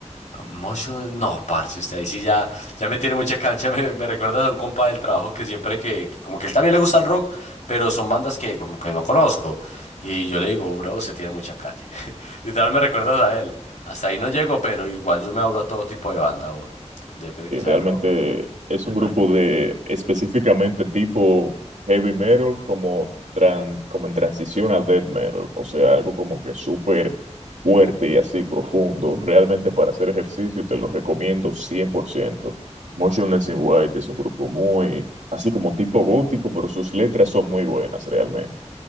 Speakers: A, on the left (about 85°); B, on the right (about 80°).
A: Motion, no, parce, usted ahí sí ya, ya me tiene mucha cancha, <laughs> me, me recuerdas a un compa del trabajo que siempre que, que como que él también le gusta el rock, pero son bandas que como que no conozco, y yo le digo, bro, usted tiene mucha calle, <laughs> literal me recuerdas a él, hasta ahí no llego, pero igual yo me abro a todo tipo de banda, o, depende de
B: y
A: que sea
B: realmente
A: el rock,
B: es
A: es
B: un grupo
A: bueno,
B: de específicamente tipo heavy metal, como, tran- como en transición a death metal, o sea, algo como que súper fuerte y así profundo. Realmente para hacer ejercicio te lo recomiendo cien por ciento Motionless in White es un grupo muy, así como tipo gótico, pero sus letras son muy buenas realmente.